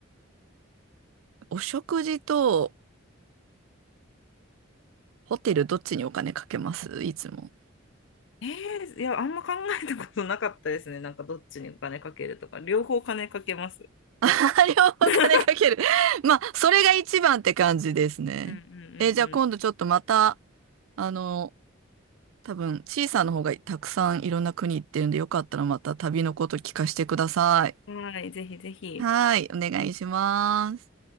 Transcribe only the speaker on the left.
えー、いや、あんま考えたことなかったですね。なんかどっちにお金かけるとか、両方金かけます。
<laughs> う
んうん
うんうん。はい、ぜひぜひ。